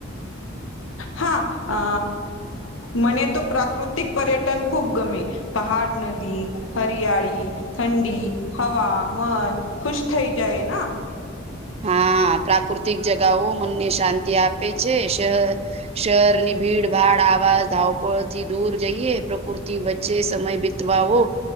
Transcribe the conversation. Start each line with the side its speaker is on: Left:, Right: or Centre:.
Left: હા અ મને તો પ્રાકૃતિક પર્યટન ખૂબ ગમે પહાડ નદી હરિયાળી ઠંડી હવા મન ખુશ થઈ જાય ના
Right: હા પ્રાકૃતિક જગાઓ મનને શાંતિ આપે છે શ શહેરની ભીડ ભાડ આવાજ ધાવપળથી દૂર જઈએ પ્રકૃતિ વચ્ચે જે સમય બીતવાવો